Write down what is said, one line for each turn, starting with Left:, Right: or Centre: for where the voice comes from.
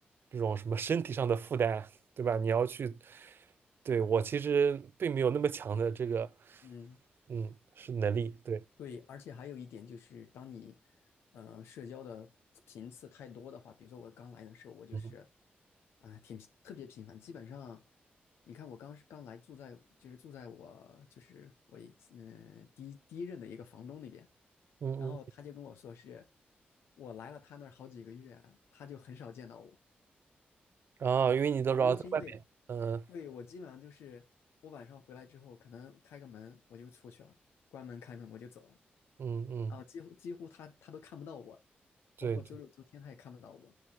Right: 这种什么身体上的负担啊，对吧？你要去，对，我其实并没有那么强的这个。
Left: <laughs> 嗯，
Right: 嗯，是能力，对，
Left: 对，而且还有一点就是，当你呃社交的频次太多的话，比如说我刚来的时候，我就是
Right: 嗯
Left: 啊、挺特别频繁，基本上你看我刚是刚来住在就是住在我就是我一嗯、呃第一第一任的一个房东那边，
Right: 嗯嗯，
Left: 然后他就跟我说是我来了他那儿好几个月，他就很少见到我。
Right: 然后因为你都知道在外面，
Left: 原因是因为
Right: 嗯
Left: 对，我基本上就是我晚上回来之后，可能开个门我就出去了，关门开门我就走了，
Right: 嗯嗯，
Left: 啊，几乎几乎他他都看不到我，
Right: 对对，
Left: 包括周六周天他也看不到我。